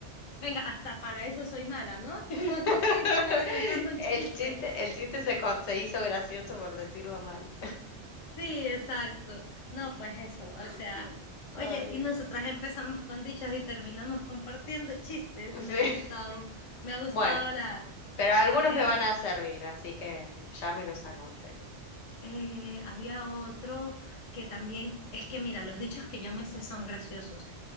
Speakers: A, on the left; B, on the left.
A: Venga, hasta para eso soy mala, ¿no? <laughs>
B: <laughs>
A: No, no soy ni buena contando un
B: El
A: chiste.
B: chiste, el chiste se, con- se hizo gracioso por decirlo mal.
A: Sí, exacto. No, pues eso, o
B: <laughs>
A: sea, oye,
B: Ay,
A: y nosotras empezamos con dichos y terminamos compartiendo chistes. Me
B: sí.
A: ha gustado, me ha gustado
B: Bueno,
A: la,
B: pero algunos
A: a ver.
B: me van a servir, así que ya me los anoto. <laughs>
A: Eh, había otro que también, es que mira, los dichos que yo me sé son graciosos,